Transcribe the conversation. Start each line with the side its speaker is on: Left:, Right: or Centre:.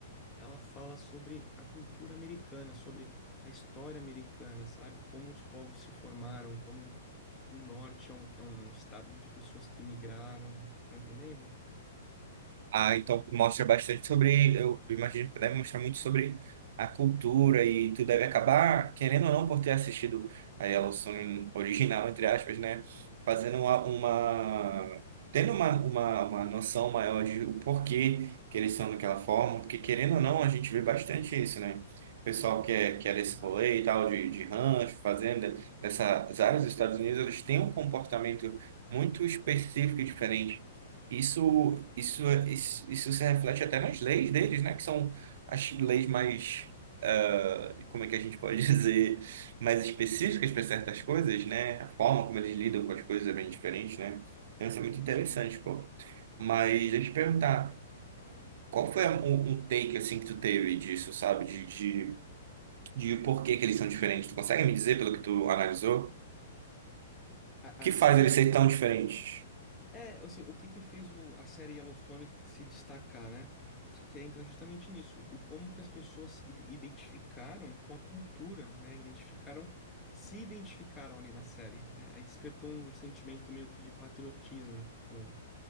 Left: ela fala sobre a cultura americana, sobre a história americana, sabe? Como os povos se formaram, como o norte é um, é um estado de pessoas que migraram, tá entendendo?
Right: Ah, então mostra bastante sobre, eu imagino que deve mostrar muito sobre a cultura e tu deve acabar, querendo ou não, por ter assistido a Yellowstone <laughs> original, entre aspas, né? Fazendo uma, uma- tendo uma, uma, uma noção maior de o porquê que eles são daquela forma, porque querendo ou não, a gente vê bastante isso, né? O pessoal que é, que é desse
Left: Exato.
Right: rolê e tal, de, de rancho, fazenda, dessas áreas dos Estados Unidos, eles têm um comportamento muito específico e diferente. Isso, isso, é-
Left: Isso,
Right: isso, isso se reflete até nas leis deles, né? Que são as leis mais, ah, como é que a gente pode <laughs> dizer, mais específicas para certas coisas, né? A forma como eles lidam com as coisas é bem diferente, né? Então, isso é muito interessante,
Left: sim,
Right: pô. Mas
Left: sim.
Right: deixa eu te perguntar, qual foi a- um, um take, assim, que tu teve disso, sabe? De, de, de por que que eles são diferentes? Tu consegue me dizer, pelo que tu analisou, o
Left: A-
Right: que
Left: As
Right: faz
Left: séries,
Right: eles serem tão diferentes?
Left: É, assim, o que que fez o- a série Yellowstone se destacar, né? Que, que entra justamente nisso, o como que as pessoas se ide- identificaram com a cultura, né? Identificaram, se identificaram ali na série, né? Aí despertou um sentimento meio que de patriotismo no,